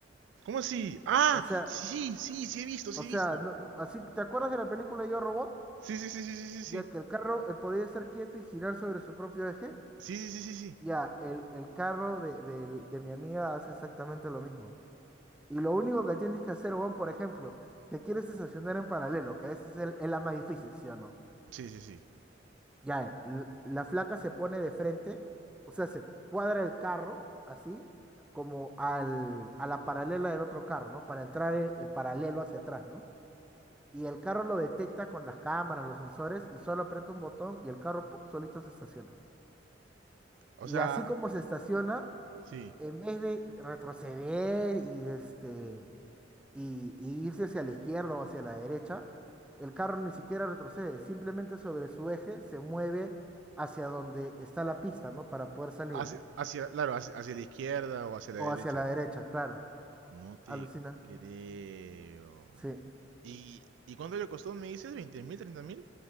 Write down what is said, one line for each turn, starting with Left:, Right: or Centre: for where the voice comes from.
Right: ¿Cómo así? Ah,
Centre: O sea,
Right: sí, sí, sí he visto, sí
Centre: o
Right: he
Centre: sea,
Right: visto.
Centre: no- no- así, ¿te acuerdas de la película Yo Robot?
Right: Sí, sí, sí, sí, sí, sí, sí.
Centre: Ya que el carro eh, podía estar quieto y girar sobre su propio eje,
Right: Sí, sí, sí, sí, sí.
Centre: ya el, el carro de, del- de mi amiga hace exactamente lo mismo. Y lo único que tienes que hacer, Juan, por ejemplo, te quieres estacionar en paralelo, que a veces es, el- es la más difícil, ¿sí o no?
Right: Sí, sí, sí.
Centre: Ya, l- la flaca se pone de frente, o sea, se cuadra el carro así, como al, a la paralela del otro carro, ¿no? Para entrar en, en paralelo hacia atrás, ¿no? Y el carro lo detecta con las cámaras, los sensores, y solo aprieta un botón y el carro, ¡pum!, solito se estaciona.
Right: O
Centre: Y
Right: sea,
Centre: así como se estaciona,
Right: sí.
Centre: en vez de retroceder y este y, y irse hacia la izquierda o hacia la derecha, el carro ni siquiera retrocede, simplemente sobre su eje se mueve hacia donde está la pista, ¿no? Para poder salir.
Right: Hacia, hacia, claro, hacia, hacia la izquierda o hacia la
Centre: O
Right: derecha.
Centre: hacia la derecha, claro.
Right: No te
Centre: Alucina.
Right: creo.
Centre: Sí.
Right: ¿Y, y cuánto le costó? ¿Me dices? veinte mil, treinta mil?